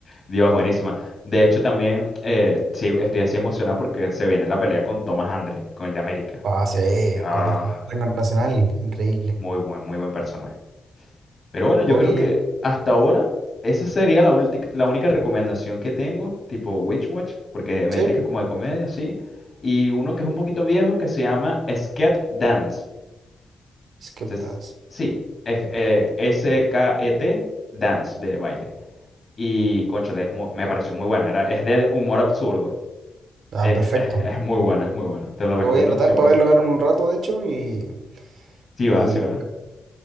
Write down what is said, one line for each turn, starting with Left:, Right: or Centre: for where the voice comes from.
Left: Dios, buenísima. De hecho, también eh, sí, estoy así emocionado porque se viene la pelea con Thomas Andre, con el de América.
Right: Ah, sí,
Left: Ya,
Right: con el rango nacional, increíble.
Left: muy buen, muy buen personaje. Pero bueno, yo
Right: Oye,
Left: creo que hasta ahora esa sería la, ulti- la única recomendación que tengo, tipo Witch Watch, porque me
Right: sí,
Left: dijiste que como de comedia, sí. Y uno que es un poquito viejo que se llama Sket Dance.
Right: Skip
Left: Se- se-
Right: Dance.
Left: Sí, es, eh, S-K-E-T Dance de baile. Y cónchale, es mu- me pareció muy buena. Era, es de humor absurdo.
Right: Ah,
Left: Eh,
Right: perfecto.
Left: eh, es muy buena, es muy buena. Te la recomiendo
Right: Lo voy a anotar
Left: 100%.
Right: para verlo ahora en un rato, de hecho, y,
Left: Sí va,
Right: y...
Left: sí va.